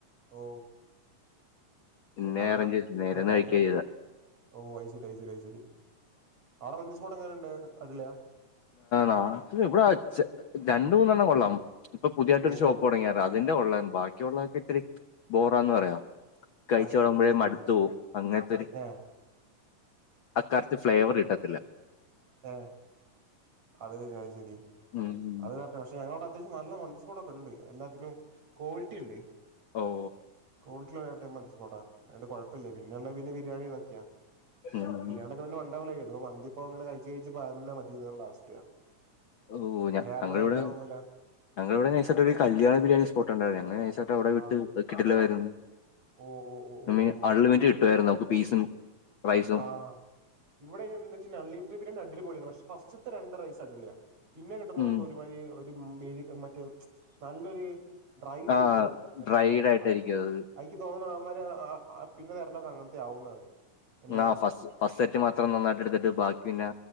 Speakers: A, on the right; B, on the left.
A: ഓ
B: <inaudible>
A: കാണണ
B: അറേഞ്ച് ചെയ്തില്ല നേരെന്ന്
A: അനെ കഴിക്കണം
B: കഴിക്കുക ചെയ്ത
A: ഓ അഐശരി ഐശര്യ ഐശ്ശരി ആവിടെ മന്തി സ്പോട്ട് എങ്ങനെയുണ്ട് അതില
B: അത് ഇവിടെ അച് രണ്ട് മൂന്നെണ്ണം കൊള്ളാം ഇപ്പൊ പുതിയായിട്ട്
A: ഓ,
B: ഒരു ഷോപ്പ്
A: ഓ.
B: തുടങ്ങിയതാ തിന്റെ കൊള്ളാം ബാക്കിയുള്ളതൊക്കെ ഇത്തിരി ബോറാന്ന് പറയാം കഴിച്ച്
A: അത്
B: തുടങ്ങുമ്പോഴേ
A: ശരി, അത് ശരി,
B: മടുത്തു
A: അത് ശരി.
B: പോവും അങ്ങനത്തൊരു
A: ഏഹ്.
B: ആ കറക്റ്റ് ഫ്ലേവർ കിട്ടത്തില്ല
A: മ് അത് വിജാരിച്ചായിരി
B: ഉം
A: അത് കറക്റ്റാ പക്ഷെ ഞങ്ങളവിടെ അത്യാവശ്യം നല്ല മന്ദിസ്പോട്ട് ഒക്കെണ്ട് എല്ലാത്തിനും ക്വാളിറ്റി ഉണ്ട്
B: ഓഓ
A: കൊള്ട്ടില്ലതായിട്ട് മൻഥി സ്പൊർടാ അത്കൊണ്ട് കൊഴപ്പല്ല പിന്നെയിള്ള പിന്നെ ബിരിയാണി ഇതൊക്കെയാ
B: ഉം
A: ബിരിയാണി ഒക്കെ പിന്നെ വണ്ടപല മന്തിപ്പോ അങ്ങനെ കഴിച്ച കഴിച്ച്ന്ന മതിന്നുള്ള അവസ്ഥയാ
B: ഓ ഞ
A: വേറൊന്നും
B: ഞങ്ങളിവിടെ
A: കഴിക്കാൻ തോന്നൂല.
B: ഞങ്ങൾ ഇവിടെ നൈസായിട്ട് ഒരു കല്യാണബിരിയാണി സ്പോട്ടുണ്ടായിരുന്നു ഞങ്ങ നൈസായിട്ട് അവിടെ വിട്ട്
A: ആഹ്.
B: കിടിലനായിരുന്നു
A: ഓ, ഓ, ഓ,
B: നമ്മ
A: ഓ, ഓ, ഓ.
B: അൺലിമിറ്റ് കിട്ടുവായിരുന്നു നമുക്ക് പീസും റൈസും
A: ആ ഇവിടെ എന്താ വെച്ച അൺലിമിറ്റഡ് ബിരിയാണി അടിപൊളി ആണ് പക്ഷെ ഫസ്റ്റത്തെ രണ്ട് റൈസ് അടിളിയാ പിന്നെ കിട്ടുന്നൊന്നും
B: ഉം
A: ഒരുമാതിരി ഒരു മെയ് മറ്റേ നല്ലൊരു ഡ്രൈ
B: ആ
A: ടൈപ്പ് ഇണ്ടാവുക
B: ഡ്രൈഡ് ആയിട്ടായിരിക്കും അത്
A: അയ്ക്ക് തോന്നുന്ന ആമാര് പിന്നെ തരണൊക്കെ അങ്ങനത്തെ ആവുന്നാണ് എല്ലാ
B: ആ ഫസ്റ്റ് ഫസ്റ്റ് സെറ്റ് മാത്രം നന്നായിട്ട് എടുത്തിട്ട് ബാക്കി പിന്നെ